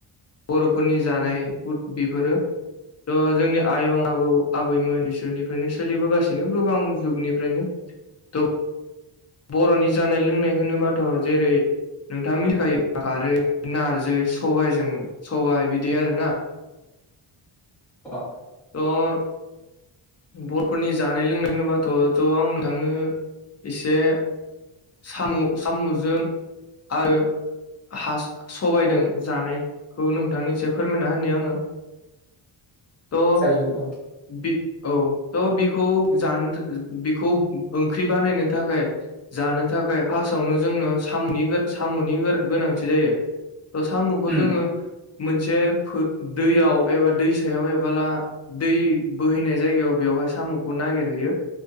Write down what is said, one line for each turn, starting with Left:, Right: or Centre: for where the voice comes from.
Left: बरफोरनि जानाय हुद बेफोरो। थ' जोंनि आयं आबौ आबैमोन बिसोरनिफ्रायनो सोलिबोगासिनो गोबां जुगनिफ्रायनो। दग बरनि जानाय लोंनाय होनोबाथ जेरै नोंथाङा मिथिखायो खारै नारजै सबाइजों सबाइ बिदि आरो ना।
Centre: अ
Left: द बर'फोरनि जानाय लोंनाय होनोबाथ' थ' आंनो थांनो इसे साम' साम'जों आरो हा सबाइदों
Centre: औ
Left: जानायखौ नोंथांनिसे फोरमायना होनि आङो। द
Centre: जायो औ
Left: बि औ त' बिखौ जानो बिखौ ओंख्रि बानायनो थाखाय जानो थाखाय फासआवनो जोंनो सामुनि गोर सामुनि गोर गोनांथि जायो। ओ सामुखौ
Centre: उम
Left: जोङो मोनसे फो दैयाव एबा दैसायाव एबाला दै बोहैनाय जायगायाव बेयावहाय सामुखौ नागिरहैयो